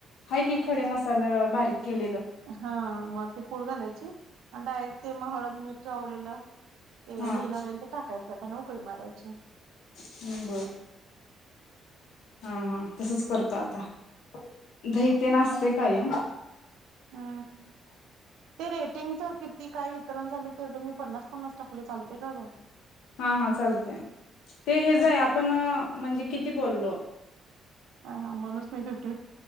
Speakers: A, on the left; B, on the right.
A: हाय की खडे मसाल, बारीक केलेलं.
B: हा मग ती पूळ घालायची. न <unintelligible> ते मग हळद मीठ लावलेली. <inaudible> ते
A: हा
B: दहीलां नंतर टाकायचं. अन ऊकळी मारयची.
A: हूं बर हं हं तसच करता आता. धही तेन असंते. काय.
B: हम्म ते रेटिंगचं किती काय वितरण झाले त्याच मी पन्नास पन्नास टाले चालते काय ग
A: हा हा चालतेय. ते हे
B: चालतय
A: जाय आपण
B: ना
A: म्हणजे किती बोललो.
B: हा हा मणूस नाही तुट